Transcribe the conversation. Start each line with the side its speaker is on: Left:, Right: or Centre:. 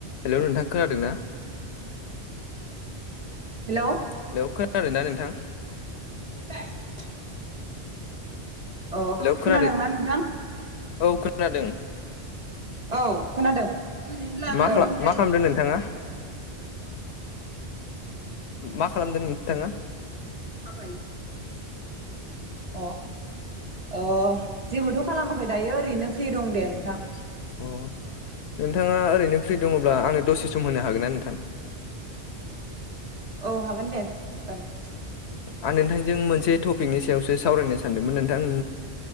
Left: Hello नोंथां खोनादों ना?
Right: हेलौ
Left: हेलौ खोनादों ना नोंथां?
Right: <unintelligible> अ
Left: हेलौ खोनादों
Right: खोनादोंना नोंथां?
Left: औ खोनादों ।
Right: औ खोनादों
Left: मा
Right: औ
Left: खालाम मा खालामदों
Right: ।
Left: नोंथाङा मा खालामदों नोंथाङा?
Right: <unintelligible> अ ओ जेबोथ खालामाखै दायो ओरैनो फ्रि दं दे नोंथां ।
Left: अ नोंथाङा ओरैनो फ्रि दङब्ला आंनो दसे सम होनो हागोन ना नोंथां?
Right: औ हागोन दे ओं ।
Left: आं नोंथांजों मोनसे टपिकनि सायावसो सावरायनो सानदोंमोन नोंथां